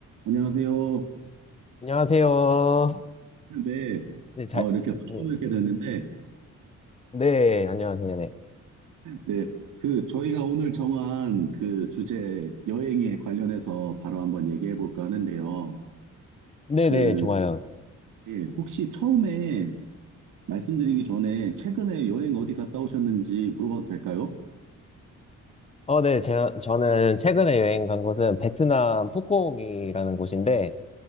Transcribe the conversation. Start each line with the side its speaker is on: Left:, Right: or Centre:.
Right: 안녕하세요.
Left: 안녕하세요.
Right: 네,
Left: 네, 잘,
Right: 어, 이렇게 또
Left: 네,
Right: 처음 뵙게 됐는데,
Left: 네, 안녕하세요. 네.
Right: 네, 그 저희가 오늘 정한 그 주제 여행에 관련해서 바로 한번 얘기해 볼까 하는데요.
Left: 네네,
Right: 그
Left: 좋아요.
Right: 예, 혹시 처음에 말씀드리기 전에 최근에 여행 어디 갔다 오셨는지 물어봐도 될까요?
Left: 어, 네, 제가, 저는 최근에 여행 간 곳은 베트남 푸꾸옥이라는 곳인데,